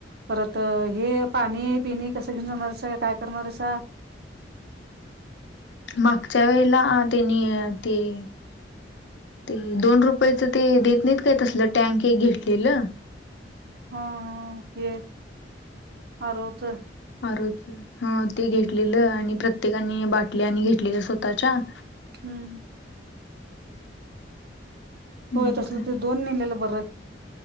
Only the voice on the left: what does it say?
मागच्या वेळेला त्यांनी ते - ते दोन रुपयाच ते देत नाहीत काय तसलं टँक एक घेतलेलं..
आरोजच ह ते घेतलेलं आणि प्रत्येकानी बाटल्या आणि घेतलेल्या स्वतःच्या -
मग
काय